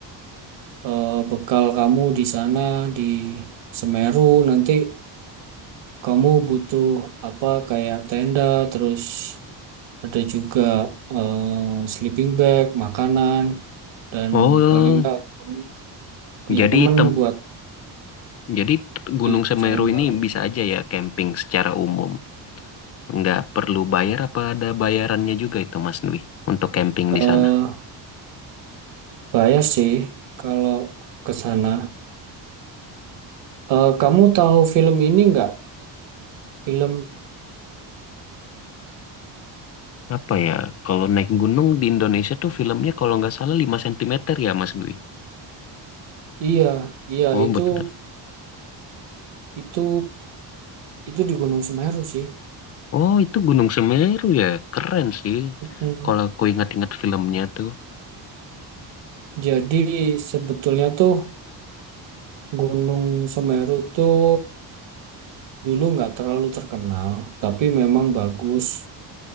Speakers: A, on the right; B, on the left.
A: eh, bekal kamu di sana di Semeru. Nanti kamu butuh apa kayak tenda terus ada juga eh, sleeping bag, makanan dan
B: Oh,
A: paling enggak kamu punya
B: jadi
A: temen
B: tem
A: buat
B: jadi Gunung
A: di
B: Semeru
A: jalan bareng.
B: ini bisa aja ya camping secara umum. Nggak perlu bayar apa ada bayarannya juga itu Mas Dwi untuk camping
A: Eh,
B: di sana?
A: Saya sih kalau ke sana, Eh, kamu tahu film ini nggak? Film
B: Apa ya, kalau naik gunung di Indonesia tuh filmnya kalau nggak salah 5 sentimeter ya Mas Dwi?
A: iya, iya
B: Oh
A: itu
B: bener.
A: itu itu di Gunung Semeru sih.
B: Oh itu Gunung Semeru ya, keren sih.
A: Hmm.
B: Kalau aku ingat-ingat filmnya tuh
A: Jadi sebetulnya tuh Gunung Semeru tuh dulu nggak terlalu terkenal, tapi memang bagus.